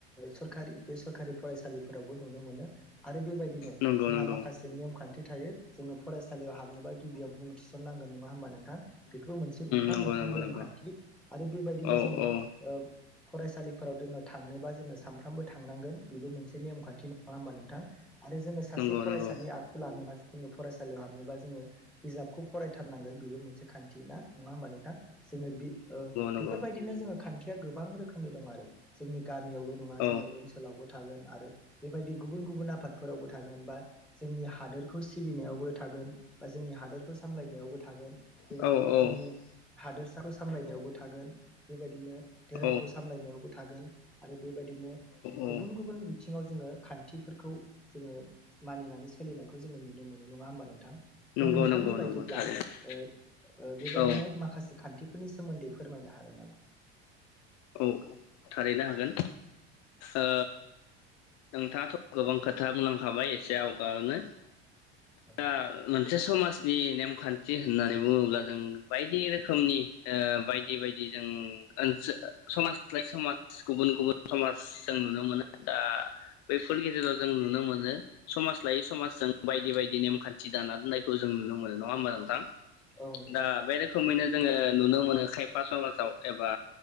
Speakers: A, in the centre; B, on the left (about 55°).
A: सरखारि बे सरकारि फरायसालिफोरावबो नुनो मोनो आरो बेबायदि
B: नंगौ
A: जोंहा
B: नंगौ
A: माखसे नेम खान्थि थायो जोङो फरायसालियाव हाबनोबा गिबियाव मुं थिसनांगोन नङा होमबा नोंथां बेफोर मोनसे मोनफा
B: नंगौ
A: मोनफा
B: नंगौ
A: नेमखान्थि
B: नंगौ
A: आरो बेबायदिनो
B: औ
A: जोङो
B: औ
A: फरायसालि <inaudible> थांनोबा जोङो सानफ्रामबो थांनांगोन बेबो मोनसे नेमखान्थि नङा होमबा नोंथां आरो जोङो सासे
B: नंगौ
A: फरायसानि
B: नंगौ
A: आखु लानोबा जोङो फरायसालियाव हाबनोबा जोङो बिजाबखौ फरायथारनांगोन बेबो मोनसे खान्थि <inaudible> नङा हानबा नोंथां जोङो बि ओ
B: नंगौ
A: बेफोरबायदिनो जोंओ खान्थि खिआ गोबां रोखोमनि दं आरो जोंनि गामियावल नङा
B: औ
A: जोङो ओनसोलावबो थागोन आरो बेबायदि गुबुन गुबुन आफादफोरावबो थागोन बा जोंनि हादोरखौ सिबिनायावबो थागोन बा जोंनि हादोरखौ सामलायनायावबो थागोन बेबायदिनो
B: औ
A: जोंनि हादोर फिसाखौ सामलायनायावबो थागोन बेबायदिनो धोरोमखौ
B: औ
A: सामलायनायावबो थागोन आरो बेबायदिनो
B: औ
A: गुबुन गुबुन बिथिङाव जोङो खान्थिफोरखौ जोङो मानिनानै सोलिनायखौ जोङो नुनो मोनो नङा होमबा नोंथां
B: नंगौ
A: ओ नोंथांनि
B: नंगौ
A: बायदिब्ला
B: नंगौ थारैनो
A: ओ ओ बेबायदिनो
B: औ
A: माखासे खान्थि बेफोरनि सोमोन्दै फोरमायनो हागोन नामा?
B: औ थारैनो हागोन। ओ नोंथाङाथ गोबां खोथा बुंलांखाबाय एसे आवगायनो।
A: औ
B: दा
A: नोंथां
B: मोनसे समाज दि नेमखान्थि होननानै बुङोब्ला जों बायदि रोखोमनि ओ बायदि बायदि जों ओनसो समाज लाय समाज गुबुन गुबुन समाज जों नुनो मोनो दा बैफोरनि गेजेराव जों नुनो मोनो समाज समाज लायै समाजजों बायदि बायदि नेमखान्थि दाना दोननायखौ जों नुनो मोनो नङा होमबा नोंथां?
A: औ नोंथां
B: दा बे रोखोमैनो जोङो नुनो मोनो खायफ पास मासाव एबा